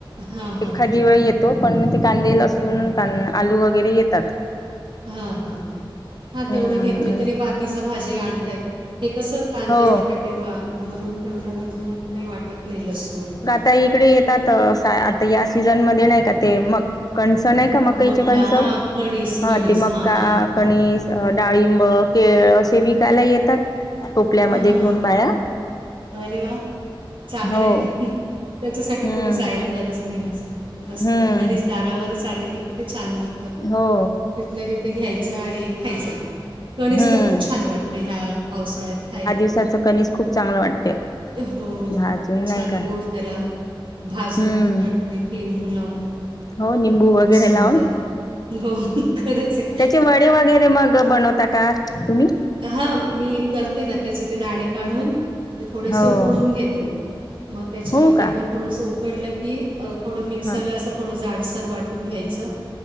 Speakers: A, on the right (about 70°); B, on the left (about 45°).
A: हा हा
B: एखादी वेळ येतो, पण ते कांदे लसून कां आलू वगैरे येतात.
A: हा हा हा हा
B: हम्म
A: तेवढं घेतलं तरी बाकीच भाजी आणता येतं, हे कसं कांदे
B: हो
A: बटाटे वा भरून. ठेवलं म्हणजे मग काही वाटत नाही लसून..
B: ताई इकडे येतात सा आता या सीझनमध्ये नाही का ते मग कणस नाही. ते मागायची
A: मका
B: कंस
A: हां, कणीस,
B: हा
A: कणीस.
B: ते मका
A: हां, हां.
B: कणीस, डाळिंब, केळ, असे विकायला येतात टोपल्यामध्ये
A: हां,
B: घेऊन
A: हां.
B: बाया.
A: अरे व्हा चांगलं
B: हो
A: आहे. त्याच्यासाठी
B: हम्म
A: कुठे जायला गरज नाही अस रस्
B: हम्म
A: घरीच दारावरच आले की कि ते छान वाटतं.
B: हो.
A: तिथल्या तिथे घ्यायचं आणि खायचं. कणीस
B: हम्म
A: तर खूप छान वाटतं ह्या पावसाळ्यात खायला.
B: यातल कणीस खूप चांगलं वाटते.
A: हो
B: भाजून
A: छान
B: नाही का
A: गोड त्याला भाजून
B: हम्म
A: तिखट. मीठ लिंबू लावून तर
B: हो निंबू
A: खूपच
B: वगैरे
A: सुंदर
B: लावून
A: हो खरच आहे.
B: चे वडे वगैरे मग बनवता का तुम्ही.
A: हा मी करते ना त्याचे ते दाणे काढून ते थोडेसे
B: हो
A: उकडून घेते. मग त्याच्यामध्ये
B: हो का
A: मग थोडस उकडलं की थोडं मिक्सरला
B: हा
A: असं. थोडं जाडसर वाटून घ्यायचं